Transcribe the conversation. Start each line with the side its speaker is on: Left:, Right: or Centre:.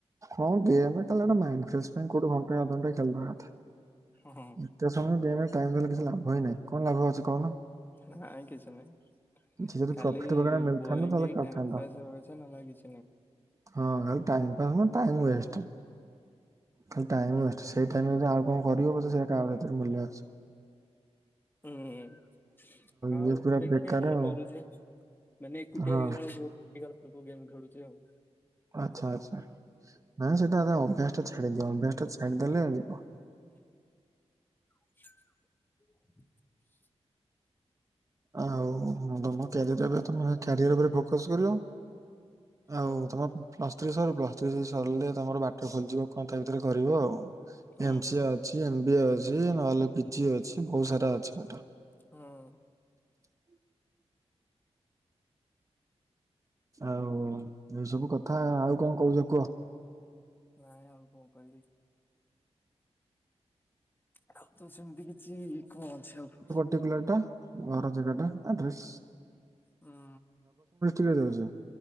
Right: ହଁ ଗେମ୍ ଟା ସେଟା ମାଇଣ୍ଡ ଫ୍ରେସ୍ ପାଇଁ କୋଉଟେ ଘଣ୍ଟା ଅଧା ଘଣ୍ଟା ଖେଳିବା କଥା <unintelligible>
Left: ହୁଁ
Right: ତମ ଗେମ୍ ରେ ଟାଇମ୍ ଦେଲେ କିଛି ଲାଭ ହେଇନାହିଁ କଣ ଲାଭ ଅଛି କହୁନ
Left: ନାଇଁ କିଛି ନାହିଁ
Right: କିଛି ଯଦି
Left: କାଲି
Right: ପ୍ରଫିଟ୍ ବଗେରା ମିଳିଥାନ୍ତା
Left: ବୋରିଂ
Right: ତାହେଲେ
Left: ହେଇ
Right: କରିଥାନ୍ତ
Left: ଟାଇମ ପାସ୍ ହେବା କଥା ନହେଲେ ଆଉ କିଛି ନାହିଁ
Right: ହଁ ଖାଲି ଟାଇମ୍ ପାସ ନୁହେଁ ଟାଇମ୍ ୱଷ୍ଟ ଖାଲି ଟାଇମ ୱଷ୍ଟ ସେଇ ଟାଇମ୍ ରେ ଯଦି ଆଉ କଣ କରିହବ ସେ ତା ଗତିରେ ମୂଲ୍ୟ ଅଛି
Left: ହୁଁ ଆଉ
Right: ଇଏ ପୁରା
Left: ଦେଖିବା
Right: ବେକାର
Left: କଣ
Right: ଆଉ
Left: କରୁଛି ମାନେ ଏକୁଟିଆ
Right: ହଁ
Left: ହେଇଗଲା ବେଳ ବରିଂ ଦେଇଯାଉଛି ତ ଗେମ୍ ଖେଳୁଛି ଆଉ
Right: ଆଚ୍ଛା ଆଚ୍ଛା ନାଁ ସେଇଟା ଆମେ ଅଭ୍ୟାସ ଟା ଛାଡ଼ିଦିଅ ଅଭ୍ୟାସ ଟା ଛାଡିଦେଲେ ଯିବ।
Left: ଆଛା
Right: ଆଉ ତମ କ୍ୟାରିୟର ଟାଇମରେ ତମେ କ୍ୟାରିୟର ଉପରେ ଫୋକସ କରିବ। ଆଉ
Left: ହଁ
Right: ତମ ପ୍ଲସ୍ ଥିରି ସରୁ ପ୍ଲସ୍ ଥିରି ସରିଲେ ତମର ବାଟ ଖୋଲିଯିବ କଣ ତା ଭିତରେ କରିବ ଆଉ
Left: ହୁଁ
Right: ଏମ
Left: ହୁଁ
Right: ସି ଏ ଅଛି ଏମ ବି ଏ ଅଛି ନହେଲେ ପିଜି ଅଛି ବହୁତ ସାରା ଅଛି ପାଠ।
Left: ହଁ
Right: <inaudible> ଆଉ ଏଇ ସବୁ କଥା ଆଉ କଣ କହୁଛ କୁହ?
Left: ନାଁଇ ଆଉ କଣ କହିବି? ଆଉ ତ ସେମିତି କିଛି କଣ ଅଛି ଆଉ
Right: ସେ ବିଲ ଟା ଘର ଜାଗା ଟା ଆଡ୍ରେସ?
Left: ହୁଁ।
Right: କିଏ ଦଉଚି?